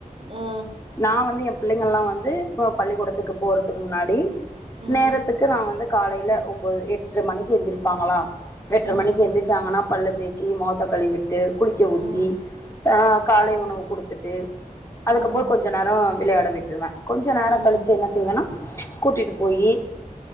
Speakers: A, on the right (about 40°); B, on the left (about 20°).
A: ஆ
B: நா வந்து என் பிள்ளைங்கள்லா வந்து ஆ பள்ளிக்கூடத்துக்கு போறதுக்கு முன்னாடி
A: ம் ம்
B: நேரத்துக்கு நா வந்து காலையில ஒம்போது எட்ர மணிக்கி எந்திருப்பாங்களா எட்ர
A: ம்
B: மணிக்கி எந்திச்சாங்கன்னா பல்ல தேச்சி மொகத்த கழுவிட்டு குளிக்க ஊத்தி
A: ம்
B: ஆ காலை உணவு குடுத்துட்டு அதுக்கப்பறோ
A: ம்
B: கொஞ்ச நேரோ விளையாட விட்ருவே கொஞ்ச நேரோ
A: ம்
B: கழிச்சு என்ன செய்வேன்னா கூட்டிட்டு போயி